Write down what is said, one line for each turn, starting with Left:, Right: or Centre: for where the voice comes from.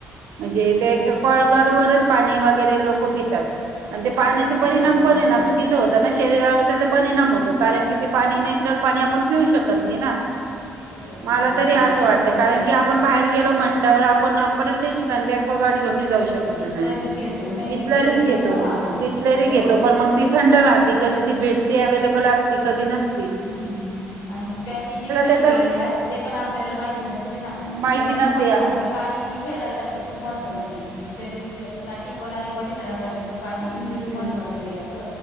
Right: म्हणजे
Left: हम्म
Right: त्या एक्वागार्ड वरच पाणी वगैरे लोक पितात. आणि ते पाण्याच
Left: लोक
Right: परिणाम
Left: पिता
Right: पण
Left: हो
Right: येना चुकीचं होत. ना शरीरावर त्याचा परिणाम होतो कारण कि ते पाणी नॅचरल पाणी आपण पिऊ शकत नाही ना.
Left: पिऊ शकत
Right: मला
Left: नाही हो
Right: तरी असं वाटतं
Left: नाही
Right: कारण की आपण बाहेर गेलो म्हट त्यावर आपण प्रत्येक ठिकाणी ते एक्वागार्ड घेऊन नाही जाऊ शकत.
Left: बिसलरीच घेतो नाही
Right: बिसलरी घेतो
Left: ना मग आपण
Right: बिसलरी
Left: हो
Right: घेतो पण मग. ती थंड राहती कधी ती भेटते अव्हेलेबल असते कधी नसते.
Left: हम्म. आणि ती पॅकेजिंग कशी
Right: त्याचा
Left: केलेली असते ते पण आपल्याला माहिती नसते ना
Right: माहिती
Left: पण मी
Right: नसते
Left: तुम्हाला
Right: या
Left: सांगते. पाणी शरीरासाठी खूप महत्त्वाचं आहे म्हणजे शरीरसाठी पण आणि परिसरासाठी पण पाणी
Right: हम्म
Left: किती महत्त्वाचं आहे अस